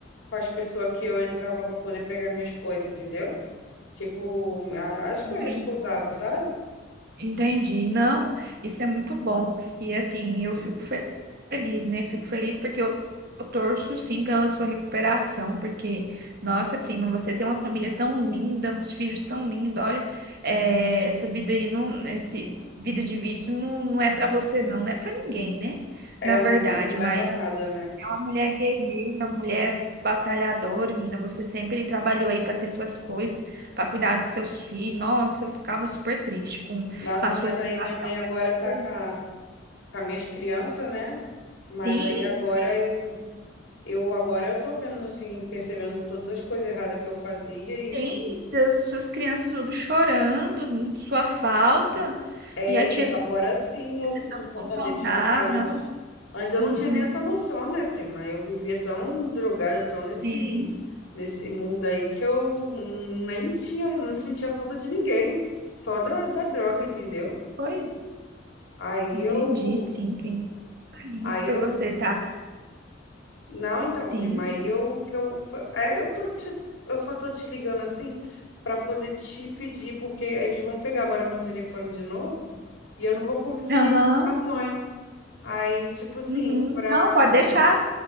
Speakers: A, on the left; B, on the right.
A: com as pessoas que eu entrava para poder pegar minhas coisas, entendeu? Tipo, a- as coisas
B: entendi.
A: que eu usava, sabe?
B: Entendi. Não, isso é muito bom. E assim, eu fico fe- feliz, né? Fico feliz porque eu eu torço sim pela sua recuperação, porque, nossa, prima, você tem uma família tão linda, uns filhos tão lindos. Olha, eh, essa vida aí, não, esse vida de vício não, não é para você, não, não é para ninguém, né?
A: É,
B: Na verdade,
A: não, não leva
B: mas.
A: a nada, né?
B: É uma mulher guerreira, mulher batalhadora, menina. Você sempre trabalhou aí para ter suas coisas, para cuidar dos seus filhos. Nossa, eu ficava super triste com
A: Nossa,
B: a sua
A: mas
B: situação,
A: aí minha mãe agora
B: mas
A: tá
B: foi-
A: com, a- com as minhas crianças, né? Mas
B: sim,
A: aí agora eu, eu agora eu tô vendo assim, percebendo todas as coisas erradas que eu fazia e
B: tem seus- suas crianças tudo chorando, sua falta,
A: é,
B: e a tia
A: e eu, agora sim eu sinto
B: tentando
A: falta
B: contornar,
A: deles, porque antes,
B: não.
A: antes eu
B: Uhum,
A: não tinha nem essa noção, né, prima? Eu vivia tão drogada, tão nesse
B: sim.
A: nesse mundo aí que eu nem tinha, não sentia falta de ninguém, só da, da droga, entendeu?
B: Foi,
A: Aí
B: entendi,
A: eu
B: sim. Fiquei Feliz
A: Aí
B: por
A: eu
B: você, tá?
A: Não, então,
B: Sim.
A: prima, aí eu que eu foi- é, eu tô te- eu só tô te ligando assim para poder te pedir, porque eles vão pegar agora meu telefone de novo e eu não vou conseguir
B: Aham.
A: a mãe. Aí, tipo assim,
B: Uhum.
A: para
B: Não, pode deixar.